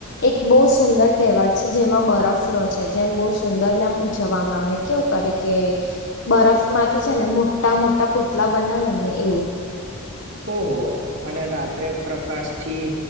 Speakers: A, on the left; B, on the right.
A: એક બહ સુંદર તહેવાર છે, જેમાં બરફ નો છ. જેમ બહુ સુંદરને એમ ઉજવવામાં આવે કેવું કરે કે બરફ માંથી છે. ને મોટા મોટા પુતલા બનાવે ને એવું,
B: ઓહો અને રાત્રે પ્રકાશ થી